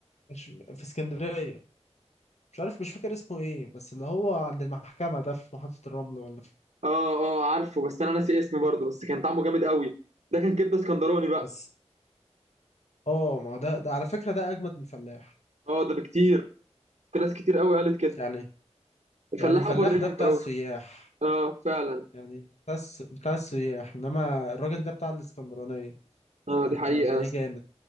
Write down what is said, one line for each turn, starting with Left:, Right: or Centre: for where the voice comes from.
Left: مش في اسكندريه مش عارف مش فاكر اسمه ايه بس اللي هو عند المحكمه ده في محطه الرمل ولا في
Right: اه اه عارفه بس انا ناسي اسمه برضه بس كان طعمه جامد قوي ده كان كبده اسكندراني بقى
Left: بس اه ما هو ده ده على فكره ده اجمد من الفلاح
Right: اه ده بكتير في ناس كتير قوي قالت كده
Left: يعني
Right: الفلاح
Left: يعني الفلاح
Right: اوفر ريتد
Left: ده بتاع
Right: قوي
Left: السياح
Right: اه فعلا
Left: يعني بتاع الس- بتاع السياح انما الراجل ده بتاع الاسكندرانيه
Right: اه
Left: فانت
Right: دي حقيقه
Left: هتلاقيه
Right: يا اسطى.
Left: جامد